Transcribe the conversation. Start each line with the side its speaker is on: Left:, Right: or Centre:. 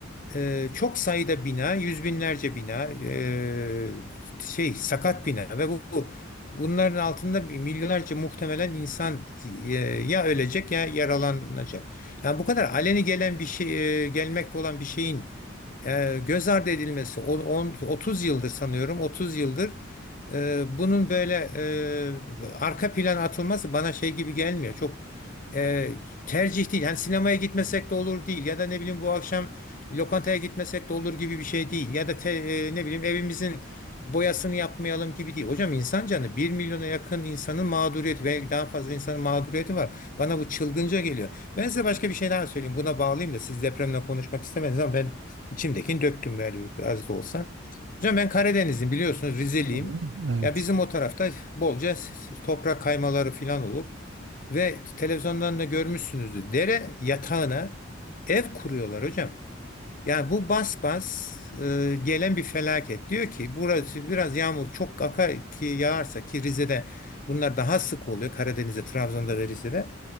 Left: Eee, çok sayıda bina, yüz binlerce bina, eee, şey sakat bina ve bu bu- bunların altında bir milyonlarca muhtemelen insan eee, ya ölecek ya yaralanacak. Yani bu kadar aleni gelen bir şey, eee, gelmekte olan bir şeyin eee, göz ardı edilmesi, on, on- 30 yıldır sanıyorum, 30 yıldır eee, bunun böyle eee, arka plana atılması bana şey gibi gelmiyor. Çok eee, tercih değil. Yani sinemaya gitmesek de olur değil ya da ne bileyim bu akşam bir lokantaya gitmesek de olur gibi bir şey değil. Ya da te- e, ne bileyim evimizin boyasını yapmayalım gibi değil. Hocam insan canı bir milyona yakın insanın mağduriyeti belki daha fazla insanın mağduriyeti var. Bana bu çılgınca geliyor. Ben size başka bir şey daha söyleyeyim. Buna bağlayayım da siz depremle konuşmak istemediniz ama ben içimdekini döktüm böyle bir- az da olsa. Hocam ben Karadenizliyim biliyorsunuz Rizeliyim.
Right: Hı hı. Evet.
Left: Ya bizim o tarafta bolca s- s- toprak kaymaları falan olur. Ve televizyondan da görmüşsünüzdür. Dere yatağına ev kuruyorlar hocam. Yani bu bas bas e, gelen bir felaket. Diyor ki burası biraz yağmur çok kaka ki yağarsa ki Rize'de bunlar daha sık oluyor. Karadeniz'de, Trabzon'da ve Rize'de.